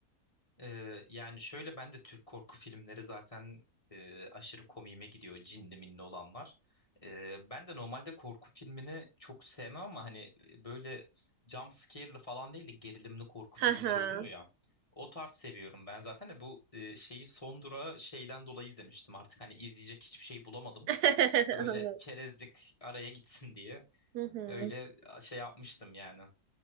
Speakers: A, on the left; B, on the right.
A: Ee, yani şöyle ben de Türk korku filmleri zaten e, aşırı komiğime gidiyor. Cinli minli olan var. Ee, ben de normalde korku filmini çok sevmem ama hani böyle jump scare'lı falan değil de gerilimli korku
B: Hı
A: filmleri
B: hı.
A: oluyor ya. O tarz seviyorum ben zaten de bu e, şeyi son durağı şeyden dolayı izlemiştim artık hani izleyecek hiçbir şey bulamadım.
B: <laughs>
A: Öyle
B: Anladım.
A: çerezlik araya gitsin diye
B: Hı hı.
A: öyle şey yapmıştım yani.